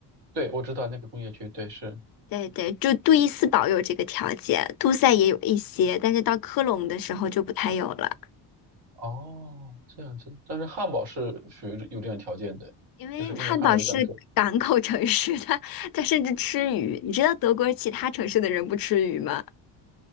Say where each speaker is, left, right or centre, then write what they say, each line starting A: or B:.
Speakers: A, on the right; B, on the left.
A: 对，我知道那个工业区，对，是
B: 对对，就杜伊斯堡有这个条件，杜塞也有一些，但是到科隆的时候就不太有了，
A: 哦，这样子。但是汉堡是属于有这样条件的，
B: 因为汉堡是港口城市，
A: 就是因为汉堡有港口。
B: 它它甚至吃鱼。你知道德国其他城市的人不吃鱼吗？